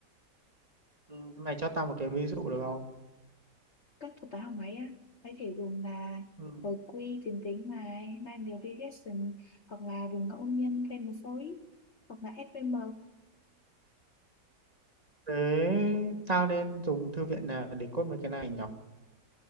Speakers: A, on the right (about 20°); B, on the left (about 45°).
A: Ừ, Mày cho tao một cái ví dụ được không?
B: các thuật toán học máy á mày có thể dùng là
A: Ừ.
B: hồi quy tuyến tính này linear regression hoặc là đường ngẫu nhiên random forest hoặc là SVM
A: Thế tao nên dùng thư viện nào để code mấy cái này nhỉ?